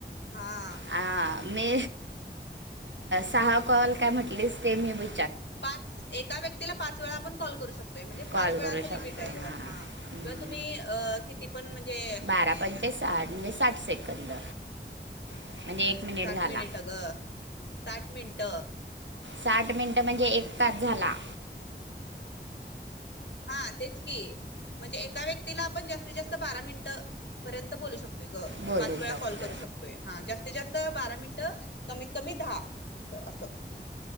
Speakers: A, on the left; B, on the right.
A: हा
B: ह मी सहा कॉल काय म्हटलेच ते मी बघ
A: पाच एका व्यक्तीला पाच वेळा आपण कॉल करू शकतो म्हणजे
B: कॉल
A: पाच वेळाच
B: करू
A: लिमिट
B: शकतो
A: आहे ग
B: हां
A: हा
B: हम्म.
A: किंवा तुम्ही अ किती पण म्हणजे
B: बारा पंचे साठ म्हणजे साठ सेकंद
A: ह
B: म्हणजे एक
A: साठ
B: झाला
A: मिनिट अ ग साठ मिनिट
B: साठ मिनिट म्हणजे एक तस झाला
A: हा तेच की म्हणजे एका व्यक्तीला आपण जास्तीत जास्त बारा मिनटं पर्यंत बोलू शकतोय ग
B: बोलू
A: पाच वेळा
B: शकतो
A: कॉल करू शकतोय हा जास्तीत जास्त बारा मिनिट कमीत कमी दहा अस